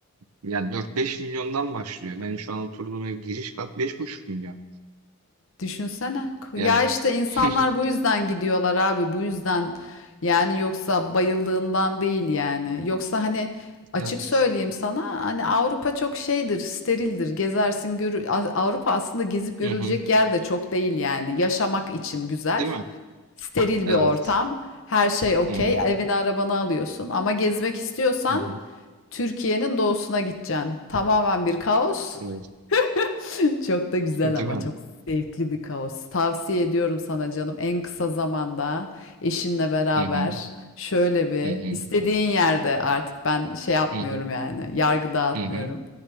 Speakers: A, on the right; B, on the left.
A: yani dört beş milyondan başlıyor. Benim şu an oturduğum ev giriş kat 5,5 milyon.
B: Düşünsene. Ya
A: Yani
B: işte insanlar
A: <laughs>
B: bu yüzden gidiyorlar abi. Bu yüzden yani yoksa bayıldığından değil yani. Yoksa hani açık
A: evet.
B: söyleyeyim sana hani Avrupa çok şeydir, sterildir. Gezersin görü Avrupa aslında gezip görülecek
A: Hı hı.
B: yer de çok değil yani. Yaşamak için güzel.
A: Değil mi?
B: Steril
A: Evet.
B: bir ortam. Her şey okey.
A: Hı hı.
B: Evini arabanı alıyorsun. Ama gezmek istiyorsan
A: Uhum,
B: Türkiye'nin doğusuna gideceksin. Tamamen bir kaos.
A: eu-
B: <laughs> Çok da güzel
A: Entendeu?
B: ama çok zevkli bir kaos. Tavsiye ediyorum sana canım en kısa zamanda eşinle beraber
A: Uhum,
B: şöyle bir
A: uhum,
B: istediğin yerde artık ben şey yapmıyorum
A: uhum,
B: yani yargı dağıtmıyorum.
A: uhum,